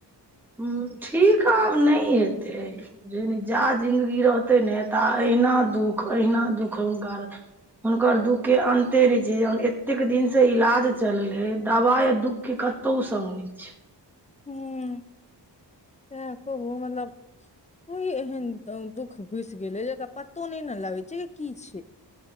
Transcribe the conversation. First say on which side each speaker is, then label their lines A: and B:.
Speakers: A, in the centre; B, on the left.
A: हं ठीक आब नहि हेतै। बुझु जा जिन्दगी रहतै ने ता अहिना दुःख अहिना दुःख हुनका हुनकर दुःख के अन्ते नै छै, एते दिन से इलाज चलले दवाई दुख के कतौ स नै छै।
B: हुं त कहु मतलब कि एहन दुःख घुसि गेलै जेकरा पतो नहि ने लगै छै कि की छै।